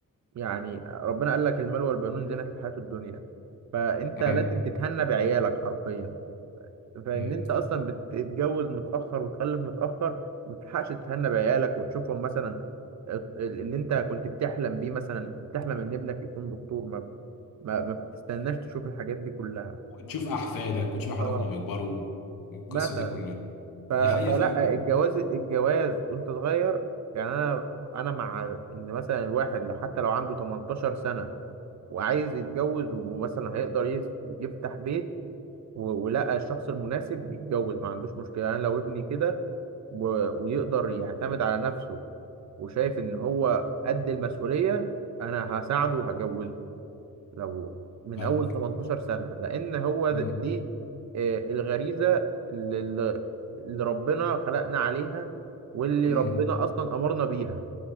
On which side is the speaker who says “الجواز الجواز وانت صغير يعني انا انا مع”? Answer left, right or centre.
Right